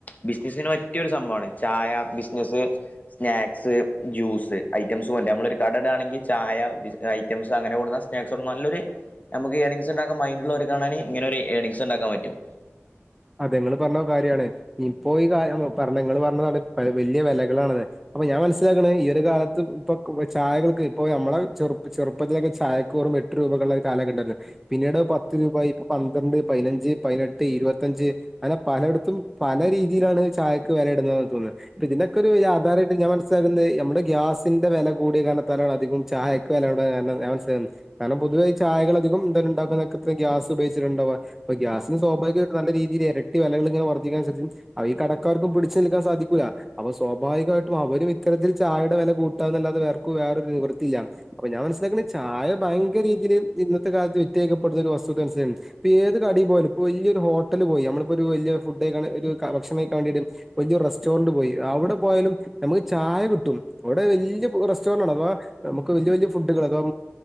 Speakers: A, on the left (about 30°); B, in the centre.
A: ബിസിനസ്സിന് പറ്റിയൊരു സംഭവമാണ് ചായ ബിസിനസ്സ് സ്നാക്സ് ജ്യൂസ് ഐറ്റംസ് നമ്മള് ഒരു കട ഇടാണെങ്കിൽ ചായ ഐറ്റംസ് അങ്ങനെ കൊടുക്കുന്ന നാക്സ് കൊണ്ട് നല്ലൊരു നമ്മക്ക് ഏണിംഗ്സ് ഇണ്ടാക്കാൻ മൈൻഡുള്ള ഓര്ക്കാണെങ്കില് ഇങ്ങന ഒരു ഏർണിങ്സ് ഇണ്ടാക്കാൻ പറ്റും.
B: അതെ ഇങ്ങള് പറഞ്ഞ കാര്യാണ് ഇപ്പോ ഈ കാ പറഞ്ഞ ഇങ്ങള് പറഞ്ഞതാണ് വെല്ല്യ വെലകളാണത് അപ്പൊ ഞാൻ മനസ്സിലാക്കണെ ഈ ഒരു കാലത്ത് ഇപ്പൊ ചായകൾക്ക് ഇപ്പൊ നമ്മളെ ചെറു ചെറുപ്പത്തിലൊക്കെ ചായക്ക് വെറും എട്ട് രൂപക്കെള്ളെ കാലൊക്കെ ഇണ്ടായിരുന്നു പിന്നീട് പത്ത് രൂപ ഇപ്പ പന്ത് പന്ത്രണ്ട് പയിനഞ്ച് പതിനെട്ട് ഇരുപത് ത്തഞ്ച് അങ്ങനെ പലടത്തും പല രീതിയിലാണ് ചായക്ക് വെലടുന്നതോന്നെ ഇപ്പ ഇതിനക്കെ ഒരു ആധാരയിട്ട് ഞ മനസ്സിലകുന്ന മ്മടെ ഗ്യാസിന്റെ വെല കൂടിയ കർണത്താലാണ് അധികം ചായക്ക് വെലകൂടാകാർണം ഞാൻ മനസ കാരണം പൊതുവായി ചായകൾ അധിക എന്താലും ണ്ടാക്കുന്നത്ര ക്ക ഗ്യാസ് ഉപയോഗിച്ചിട്ടുണ്ടവ അ ഗ്യാസിന് സ്വാഭ നല്ല രീതിയിൽ ഇരട്ടി വിലകൾ ഇങ്ങനെ വർദ്ധിക്കതിനനുസരിച് ഈ കടക്കാർക്കും പിടിച്ചു നിൽക്കാൻ സാധിക്കുല്ല അപ്പൊ സ്വാഭാവികമായിട്ടും അവരും ഇത്തരത്തിൽ ചായയുടെ വില കൂട്ടാനാലാതെ അവര്ക് വേറൊരു നിവൃത്തിയില്ല അപ്പൊ ഞാൻ മനസിലാക്ക്ണ് ചായ ഭയങ്കരീതിയി ഇന്നത്തെ കാലത്ത് വിറ്റായിക്കപ്പെടുന്ന ഒരു വസ്തുനുസരി ഇപ്പോ ഏത് കടി പോലും ഇപ്പോ വലിയൊരുട്ട ഹോ ഹോട്ടൽ പോയി നമ്മളിപ്പോ ഒരു വലിയ ഫുഡ് ഭക്ഷണംകഴിക്കാൻ വേണ്ടിയിട്ട് വലിയ ഒരു റെസ്റ്റോറന്റ് പോയി അവിടെ പോയാലും നമുക്ക് ചായ കിട്ടും അവിടെ വലിയ റെസ്റ്റോറന്റ് ആണ് അഥവാ നമുക്ക് വലിയ വലിയ ഫുഡുകൾ അഥവാ